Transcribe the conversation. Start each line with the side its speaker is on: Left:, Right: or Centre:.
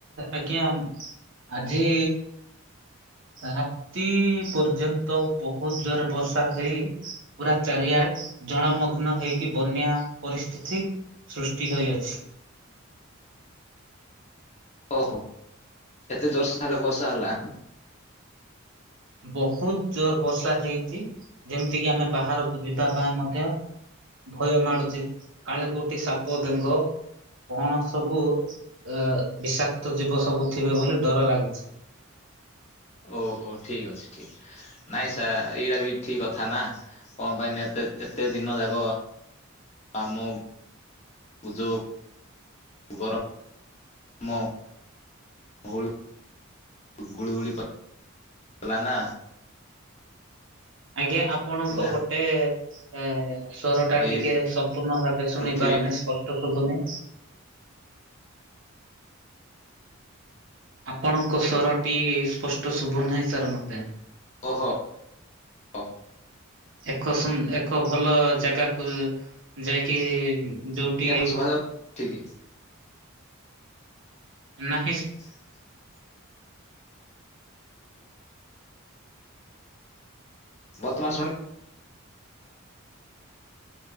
Right: ଆଜ୍ଞା ଆଜି ରାତି ପର୍ଯ୍ୟନ୍ତ ବହୁତ ଜୋରରେ ବର୍ଷା ହୋଇ ପୁରା ଚାରିଆଡେ ଜଳମଗ୍ନ ହେଇକି ବନ୍ୟା ପରିସ୍ଥିତି ସୃଷ୍ଟି ହୋଇଅଛି।
Left: ଓହୋ ଏତେ ଜୋର୍ଷ ତାହଲେ ବର୍ଷା ହେଲା।
Right: ବହୁତ ଜୋର ବର୍ଷା ହେଇଛି ଯେମିତିକି ଆମେ ବାହାରକୁ ଯିବା ପାଇଁ ମଧ୍ୟ ଭୟ ମାଡୁଛି କାଳେ କୋଉଠି ସାପ ବେଙ୍ଗ କଣ ସବୁ ଅ ବିଷାକ୍ତ ଜୀବ ସବୁ ଥିବେ ବୋଲି ଡର ଲାଗୁଛି।
Left: ଓହୋ ଠିକ ଅଛି ଠିକ୍ ନାଇଁ ସ ଏଇଟା ବି ଠିକ କଥା ନା। କଣ ପାଇଁ ଏତେ ଏତେ ଦିନ ଯାକ ଆମ ବୁ ଗରମ ଗୁଳି ଗଳି <unintelligible> ହେଲାନା
Right: ଆଜ୍ଞା ଆପଣଙ୍କ
Left: ଥିଲା
Right: ପଟେ ଅ ଶ୍ୱର ଟା
Left: ଏଇ
Right: ଟିକେ ସମ୍ପୂର୍ଣ୍ଣ ଭାବେ ଶୁଣି
Left: ପୃଥିବୀ
Right: ପାରୁନି ସ୍ପଷ୍ଟ ଶୁଭୁନି। ଆପଣଙ୍କ ସ୍ଵରଟି ସ୍ପଷ୍ଟ ଶୁଭୁ ନାହିଁ ସାର୍ ମତେ।
Left: ଓହୋ ହଉ।
Right: ଏକ ସମ୍ ଏକ ଭଲ ଜାଗାକୁ ଯାଇକି ଯୋଉଠି
Left: କେବେ ଶୁଭା ଯାଉନି ଠିକ।
Right: ନାହିଁ।
Left: <inaudible> ବର୍ତ୍ତମାନ ଶୁଣି